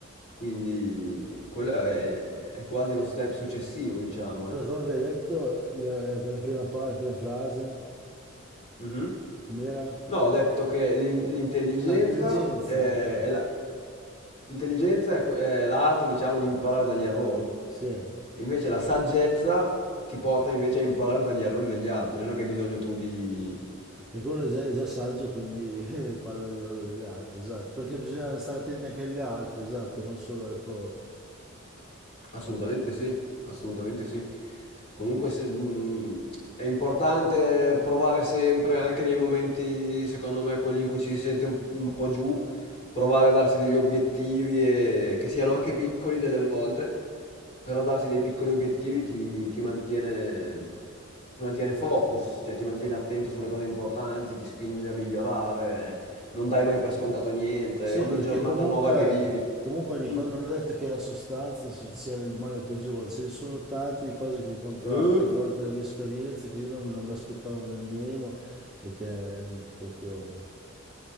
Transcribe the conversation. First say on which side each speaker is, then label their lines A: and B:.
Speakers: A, on the left; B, in the centre.
A: Quindi, quello è, è quasi lo step successivo, diciamo,
B: Aspetta,
A: ecco.
B: come che hai detto la, la prima, pa- la prima frase?
A: Mhm.
B: Com'era?
A: No, ho detto che l'in- l'intelligenza
B: Ah, intelligenza,
A: è,
B: ok.
A: è la- l'intelligenza è que- è l'arte, diciamo, di imparare dagli errori.
B: Sì,
A: Invece la saggezza ti porta invece a imparare dagli errori degli altri. Non è che hai bisogno tu di,
B: perché uno è già, è già saggio, quindi <laughs> eh, parla dagli errori degli altri, esatto. Perché bisogna stare attenti anche agli altri, esatto, e non solo ai propri.
A: Assolutamente sì, assolutamente sì. Comunque se- mh, è importante provare sempre, anche nei momenti, secondo me, quelli in cui ci si sente un, un po' giù, provare a darsi degli obiettivi, e- che siano anche piccoli delle volte, però darsi dei piccoli obiettivi ti, ti mantiene, ti mantiene focus, cioè ti mantiene attento sulle cose importanti, ti spinge a migliorare, non dai mai per scontato niente,
B: Sì,
A: ogni
B: perché
A: giornata
B: comunque,
A: nuova che vivi.
B: comunque ogni cosa,
A: Mm.
B: non è detto che la sostanza si- sia il male peggiore, ce ne sono tante di cose che ho incontrato
A: Eh?
B: durante la mia esperienza che io non, non mi aspettavo nemmeno, perché proprio...